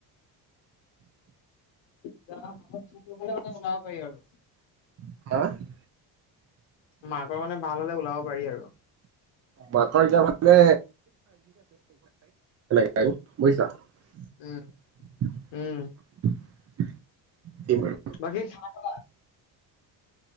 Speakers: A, on the left (about 85°); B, on the right (about 40°).
A: <unintelligible> বনাব পাৰি আৰু।
B: <unintelligible>
A: মাকৰ মানে ভাল হ'লে ওলাব পাৰি আৰু।
B: মাকৰ এতিয়া মানে <unintelligible> বুজিছোঁ।
A: উম।
B: <unintelligible>
A: উম বাকী খানা খালা?